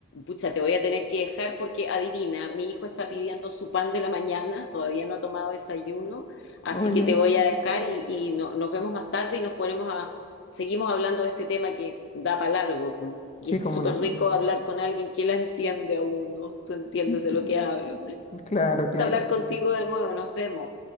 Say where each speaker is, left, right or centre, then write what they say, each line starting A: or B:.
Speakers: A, on the left; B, on the left.
A: Pucha, te voy a tener que dejar porque adivina, mi hijo está pidiendo su pan de la mañana, todavía no ha tomado desayuno, así
B: oye,
A: que te voy a dejar y, y no- nos vemos más tarde y nos ponemos a, seguimos hablando de este tema que da para largo. mm, Y
B: sí,
A: es
B: cómo
A: súper
B: no.
A: rico hablar con alguien que la entiende a uno, tú entiendes
B: <laughs>
A: de lo que hablo.
B: Claro, claro.
A: Hablar contigo de nuevo, nos vemos.